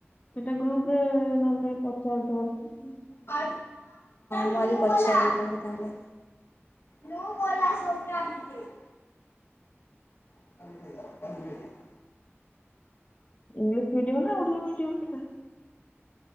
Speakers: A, on the left; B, on the left.
A: ସେଟା ଗ୍ରୁପରେ ନ ହେଲେ ପଚାରିଦୋଉ ନାହାଁନ୍ତି।
B: ହଁ ମୁଁ ଆଜି ପଚାରିବି ତାଙ୍କୁ ତାହଲେ। <unintelligible> <unintelligible>
A: ଇଂଲିଶ ମିଡିୟମ ନା ଓଡିଆ ମି ଡିୟମ ପିଲା?